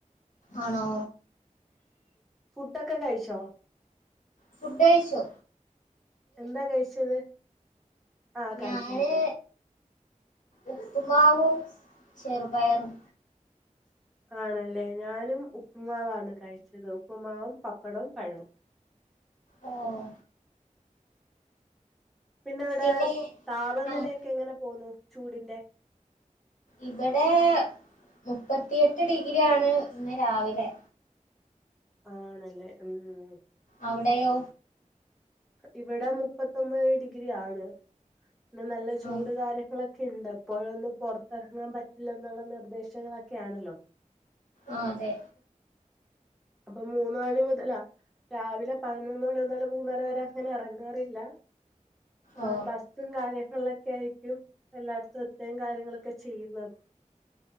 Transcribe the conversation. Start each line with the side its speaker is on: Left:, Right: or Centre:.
Left: ആണോ?
Centre: ഫുഡെക്കെ കഴിച്ചോ
Left: ഫുഡഴിച്ചോ
Centre: എന്താ കഴിച്ചത് ആഹ് കഴിച്ചാരുന്നു
Left: ഞാന് ഉപ്പുമാവും ചെറുപയറും.
Centre: ആണല്ലേ ഞാനും ഉപ്പുമാവാണ് കഴിച്ചതും. ഉപ്പുമാവും പപ്പടവും പഴവും.
Left: ഓ
Centre: പിന്നെയവടെ
Left: പിന്നെ
Centre: താപനിലയൊക്കെ
Left: ആഹ്
Centre: എങ്ങനെ പോന്നു? ചൂടിന്റെ
Left: ഇവടെ മുപ്പത്തിയെട്ട് ഡിഗ്രിയാണ് ഇന്ന് രാവിലെ.
Centre: ആണല്ലേ ഉം ഉം
Left: അവടെയോ?
Centre: ഇവടെ മുപ്പത്തൊമ്പത് ഡിഗ്രി ആണ്. ഇന്ന് നല്ല ചൂട്
Left: ആഹ്
Centre: കാര്യങ്ങളൊ ക്കെണ്ടിപ്പോഴൊന്ന് പൊറത്തിറങ്ങാൻ പറ്റില്ലെന്നൊള്ള നിർദ്ദേശങ്ങളക്കെയാണല്ലോ?
Left: ആഹ് അതെ
Centre: അപ്പോ മൂന്ന് മണി മുതലാ രാവിലെ പതിനൊന്ന് മണി മുതല് മൂന്നര വരെ അങ്ങനെറങ്ങാറില്ലാ. ആഹ്
Left: ഓ
Centre: ബസ്സും <unintelligible> ള്ളൊക്കെയായിറ്റും എല്ലാടത്തും എത്തുകയും കാര്യങ്ങളൊക്കെ ചെയ്യുന്ന